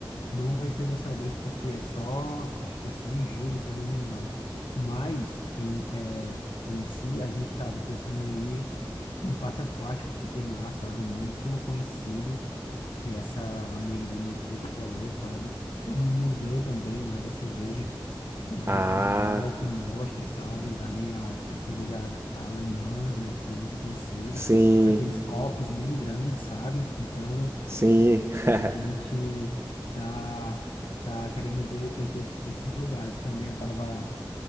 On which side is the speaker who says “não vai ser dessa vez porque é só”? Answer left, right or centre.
Left